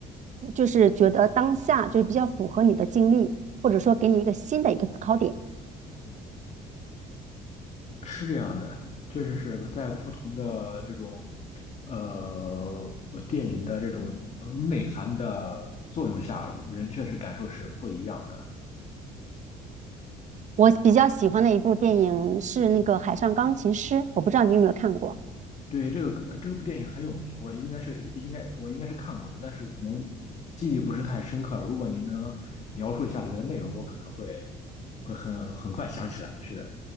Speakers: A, on the right (about 45°); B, on the left (about 40°).
A: 就是觉得当下就是比较符合你的经历，或者说给你一个新的一个思考点。
B: 是这样的，确实是在不同的这种呃电影的这种呃内涵的作用下，人确实感受是不一样的。
A: 我比较喜欢的一部电影是那个《海上钢琴师》，我不知道你有没有看过。
B: 对，这个这个部电影很有名，我应该是应该我应该是看过的，但是可能记忆不是太深刻了。如果您能描述一下里面的内容，我可能会会很很快想起来。是的，